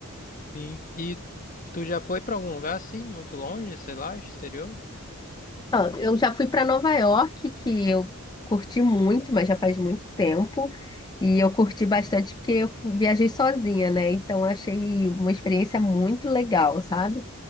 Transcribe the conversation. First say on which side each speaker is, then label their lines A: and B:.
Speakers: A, on the left; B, on the left.
A: Sim. E tu já foi pra algum lugar assim, muito longe, sei lá, exterior?
B: Ó, Eu já fui para Nova York, que eu curti muito, mas já faz muito tempo. E eu curti bastante porque eu fu- viajei sozinha, né? Então eu achei uma experiência muito legal, sabe?